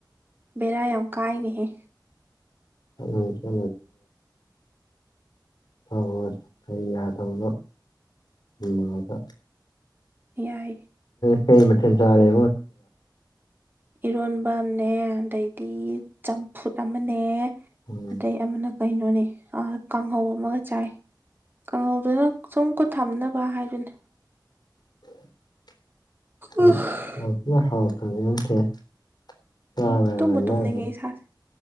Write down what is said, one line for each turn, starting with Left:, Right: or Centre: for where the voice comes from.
Right: ꯕꯦꯔꯥ ꯌꯥꯝ ꯀꯥꯏꯅꯤꯍꯦ
Left: ꯑꯗꯨ ꯆ ꯍꯣꯏ ꯍꯣꯏ ꯑꯩ ꯌꯥꯗꯕꯅꯣ ꯎꯒ
Right: ꯌꯥꯏ
Left: ꯀꯩ ꯃꯦꯟ ꯆꯥꯔꯦ
Right: ꯏꯔꯣꯟꯕ ꯑꯃꯅꯦ ꯑꯗꯩꯗꯤ ꯆꯝꯐꯨꯠ ꯑꯃꯅꯦ
Left: ꯎꯝ
Right: ꯑꯗꯩ ꯑꯃꯅ ꯀꯩꯅꯣꯅꯦ ꯀꯥꯡꯍꯧ ꯑꯃꯒ ꯆꯥꯏ ꯀꯥꯡꯍꯧꯗꯨꯅ ꯁꯨꯝꯀꯠ ꯊꯝꯅꯕ ꯍꯥꯏꯗꯨꯅꯤ
Left: <inaudible>
Right: ꯎꯝ ꯎꯝ ꯇꯨꯝꯃ
Left: ꯑꯣꯏꯖꯥꯠꯅꯤ
Right: ꯇꯨꯝꯅꯤꯡꯉꯦ ꯏꯁꯥꯁꯦ